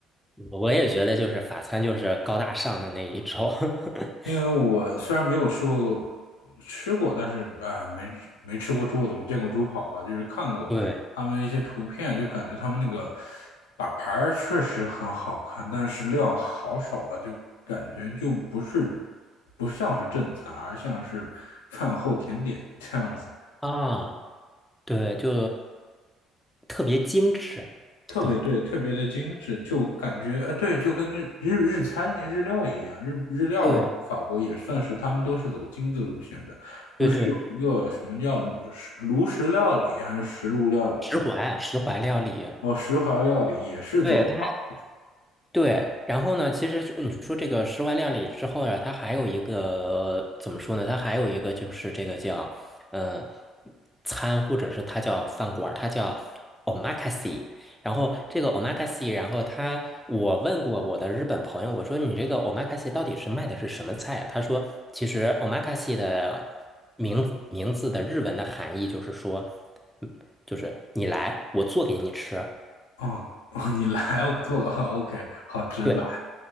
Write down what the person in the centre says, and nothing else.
我也觉得就是法餐就是高大上的那一种。<laughs>
对
啊，对，就特别精致。
对
对
对对，石怀石怀料理，
对，它对，然后呢，其实就你说这个室外料理之后呀，它还有一个怎么说呢？它还有一个就是这个叫呃餐，或者是它叫饭馆儿它叫 omakase。然后这个 omakase，然后他我问过我的日本朋友，我说你这个 omakase 到底是卖的是什么菜啊？他说其实 omakase 的名名字的日文的含义就是说，嗯就是你来，我做给你吃。
对，